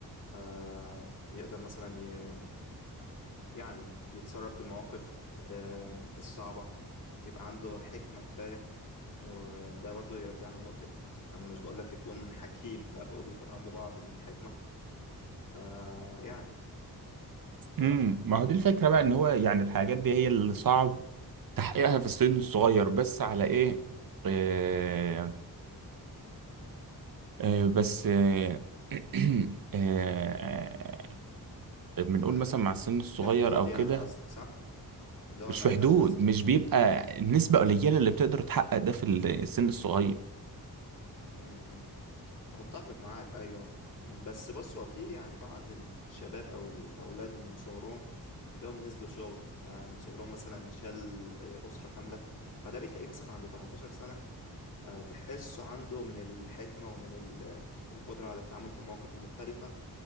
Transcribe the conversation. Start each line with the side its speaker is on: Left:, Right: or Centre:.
Left: آم، يقدر مثلا ي... يعني يتصرف في المواقف آم، الصعبة يبقى عنده حكمة كفاية وده برضو يرجعنا لنقطة أنا مش بقولك يكون حكيم لا بقول يكون عنده بعض من الحكمة فيعني ايه
Right: امم
Left: رأيك
Right: ما هو دي الفكرة بقى إن هو يعني الحاجات دي هي اللي صعب تحقيقها في السن الصغير بس على ايه آه آه بس آه <clears throat> آه بنقول
Left: على
Right: مثلا مع السن الصغير
Left: في حدود
Right: او
Left: يعني
Right: كده
Left: قصدك صح اللي هو
Right: مش
Left: ما
Right: في
Left: يبقاش
Right: حدود
Left: مثلا
Right: مش بيبقى النسبة قليلة اللي بتقدر تحقق ده في السن الصغير
Left: م- م. متفق معاك ايوه بس بص هو في يعني بعض الشباب او الاولاد من صغرهم تلاقيهم نزلوا شغل آه، من صغرهم مثلا شال آه، اسره كامله فده بتلاقيه مثلا عند 18 سنه آه، تحسه عنده من الحكمه ومن ال- القدره على التعامل في المواقف المختلفه